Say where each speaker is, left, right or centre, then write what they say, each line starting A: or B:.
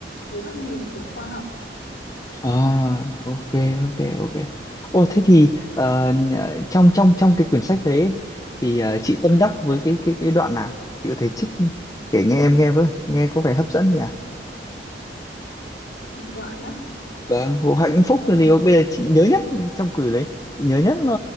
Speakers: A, on the left; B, on the left.
A: dưới góc nhìn của khoa học
B: À, ok ok ok. Ồ thế thì ờ, nhờ- trong trong trong cái quyển sách đấy ấy, thì ờ, chị tâm đắc với cái cái cái đoạn nào? Chị có thể trích kể nghe em nghe với, nghe có vẻ hấp dẫn nhỉ?
A: một đoạn á
B: Vâng, vụ hạnh phúc
A: Ờ,
B: là gì? Bây giờ chị nhớ nhất trong quyển đấy, chị nhớ nhất là